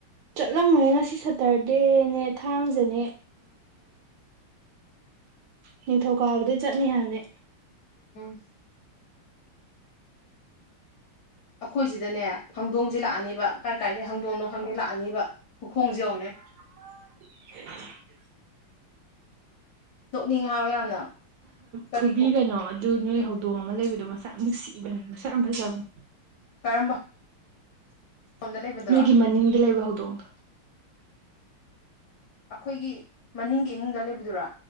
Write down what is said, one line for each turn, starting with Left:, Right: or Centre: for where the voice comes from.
Right: ꯆꯠꯂꯝꯃꯣꯏꯍꯦ ꯉꯁꯤ ꯁꯇꯔꯗꯦꯅꯦ ꯊꯥꯡꯖꯦꯅꯦ꯫ ꯅꯤꯡꯊꯧꯀꯥꯕꯗ ꯆꯠꯅꯤ ꯍꯥꯏꯕꯅꯦ꯫
Left: <inaudible> ꯑꯩꯈꯣꯏꯁꯤꯗꯅꯦ ꯍꯪꯗꯣꯡꯁꯦ ꯂꯥꯛꯑꯅꯤꯕ ꯀꯥꯏ ꯀꯥꯏꯗꯒꯤ ꯍꯥꯡꯗꯣꯡꯅꯣ ꯈꯪꯗꯦ ꯂꯥꯛꯑꯅꯤꯕ ꯈꯨꯈꯣꯡꯁꯦ ꯌꯧꯅꯦ꯫
Right: <unintelligible> <unintelligible>
Left: ꯅꯣꯛꯅꯤꯉꯦ ꯍꯥꯏꯕ ꯌꯥꯝꯅ ꯀꯔꯤ
Right: ꯐꯨꯕꯤꯒꯅꯣ ꯑꯗꯨ ꯅꯣꯏ ꯍꯧꯗꯣꯡ ꯑꯃ ꯂꯩꯕꯗꯣ ꯃꯁꯥ ꯌꯥꯝ ꯅꯨꯡꯁꯤꯕꯅꯦ ꯃꯁꯥ ꯌꯥꯝ ꯐꯖꯕꯅꯦ
Left: ꯀꯔꯝꯕ ꯂꯣꯝꯗ ꯂꯩꯕꯗꯨꯔꯣ
Right: ꯅꯣꯏꯒꯤ ꯃꯅꯤꯡꯗꯤ ꯂꯩꯕ ꯍꯧꯗꯣꯡꯗꯣ꯫
Left: ꯑꯩꯈꯣꯏꯒꯤ ꯃꯅꯤꯡꯒꯤ ꯏꯃꯨꯡꯗ ꯂꯩꯕꯗꯨꯔꯣ꯫